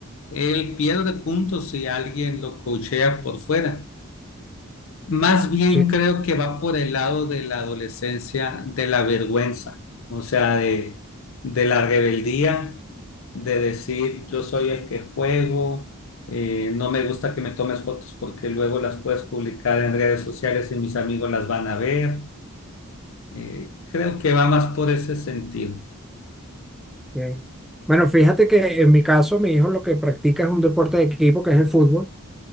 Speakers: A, on the left (about 65°); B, in the centre.
A: Él pierde puntos si alguien lo coachea por fuera. Más bien
B: Sí.
A: creo que va por el lado de la adolescencia, de la vergüenza, o sea, de, de la rebeldía, de decir yo soy el que juego, eh, no me gusta que me tomes fotos porque luego las puedes publicar en redes sociales y mis amigos las van a ver. Eh, creo que va más por ese sentido.
B: Ok. Bueno, fíjate que en mi caso, mi hijo lo que practica es un deporte de equipo, que es el fútbol.